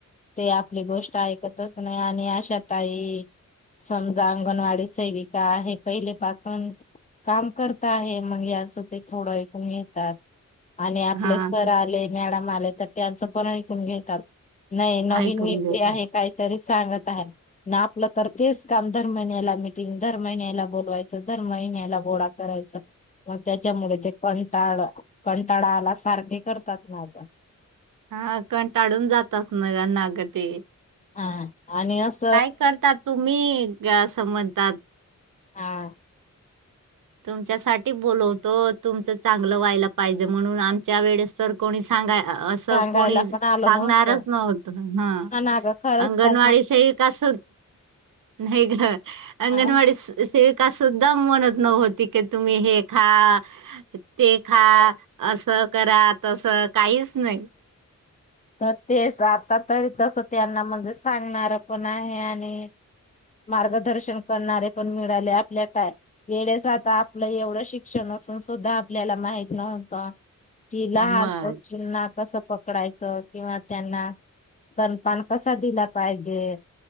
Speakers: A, on the left (about 25°); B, on the right (about 80°).
A: ते आपली गोष्ट ऐकतच नाही आणि आशा ताई समजा अंगणवाडी सेविका आहे पहिलेपासून काम करता आहे मग याचं ते थोडं ऐकून येतात आणि आपले
B: हा
A: सर
B: ते
A: आले मॅडम आले तर त्यांचं पण ऐकून घेतात. नाही नवीन
B: ऐकून
A: व्यक्ती
B: घेतो.
A: आहे काहीतरी सांगत आहे. ना आपलं तर तेच काम दर महिन्याला मिटिंग, दर महिन्याला बोलवायचं, दर महिन्याला गोळा करायचं. मग त्याच्यामुळे ते कंटाळल कंटाळाला सारखे करतात नाही तर.
B: हा कंटाळून जातात न ग ना ग ते.
A: हा आणि अस
B: काय करतात तुम्ही? असं म्हणतात.
A: हा.
B: <inaudible> तुमच्यासाठीठी बोलवतो तुमचं चांगलं व्हायला पाहिजे म्हणून आमच्या वेळेस तर कोणी सांगा. अस
A: सांगायला
B: कोणी
A: पण आलो
B: सांगणारच
A: नव्हतो.
B: नव्हत ह,
A: हा ना ग खरंच
B: अंगणवाडी
A: ताई
B: <inaudible> सेविक अस. नाही ग, अंगणवाडी
A: हा
B: सेविका सुद्धा मणत नव्हत. तिके तुम्ही हे खा, ते खा.
A: हा
B: असं करा, तसं काहीच नाही.
A: तर तेच आता तरी तसं त्यांना म्हणजे सांगणार पण आहे आणि मार्गदर्शन करणारे पण मिळाले आपल्या काय वेळेस आता आपलं एवढं शिक्षण असून सुद्धा. आपल्याला माहित नव्हतं. कि लहान
B: मग
A: <inaudible> वस्ूंना कसं पकडायचं. किंवा त्यांना स्तनपान कसा दिला पाहिजे.